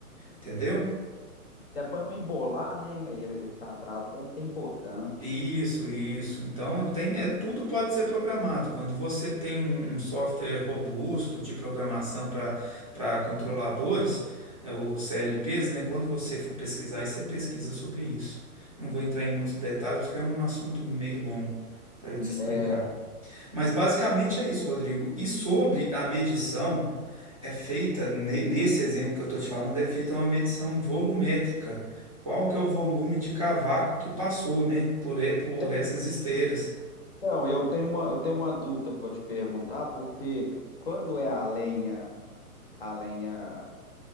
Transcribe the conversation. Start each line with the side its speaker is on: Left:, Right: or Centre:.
Right: entendeu?
Left: Até para não embolar, né? e- Esse atraso deve ser importante.
Right: Isso, isso. Então, tem, é, tudo pode ser programado. Quando você tem um, um software robusto de programação para para controladores, é, os CLPs,
Left: Uhum.
Right: né? Quando você for pesquisar, aí você pesquisa sobre isso. Não vou entrar em muitos detalhes, porque é um assunto meio longo para eu te explicar.
Left: É,
Right: Mas basicamente é isso, Rodrigo. E sobre a medição, é feita, ne- nesse exemplo que eu estou te falando, é feita uma medição volumétrica. Qual que é o volume de cavaco que passou, né? Por, e- por
Left: te-
Right: essas esteiras.
Left: então, eu tenho uma, eu tenho uma dúvida para te perguntar, porque quando é a lenha, a lenha,